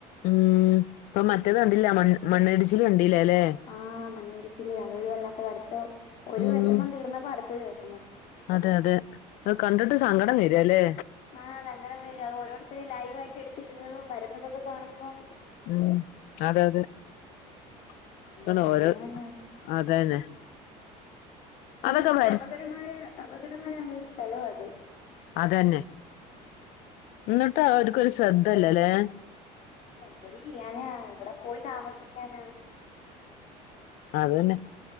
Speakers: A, on the left (about 65°); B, on the left (about 45°).
A: ഉം ഇപ്പൊ മറ്റേത് കണ്ടില്ല മണ് മണ്ണിടിച്ചിലും കണ്ടല്ല അല്ലെ
B: ആഹ് മണ്ണിടിച്ചില് അതൊരു വല്ലാത്ത അടുത്ത ഒരു
A: ഉം
B: വിഷമം തീർന്നപ്പോ അടുത്തൊരു വിഷമം
A: അതെ അതെ അത് കണ്ടിട്ട് സങ്കടം വരല്ലേ
B: ആഹ് സങ്കടം വരും അത് ഓരോരുത്തരും ലൈവ്ായിട്ട് എടുത്തി ഇടുന്നതും വരുന്നതൊക്കെ കാണുമ്പോം
A: ഉം അതെ അതെ <unintelligible>
B: എന്തൊരു
A: ഓരോ
B: ചെയ്യാനാ
A: അതന്നെ
B: കൂടുതലും
A: അതൊക്കെ വര
B: അപകടമായര അപകടമായര ഒരു സ്ഥലം അത്
A: അതന്നെ എന്നിട്ടും അവർക്ക് ഒരു ശ്രദ്ധല്ല അല്ലേ
B: എന്തൊരു ചെയ്യാന എവിടെ പോയി താമസിക്കാന
A: അതന്നെ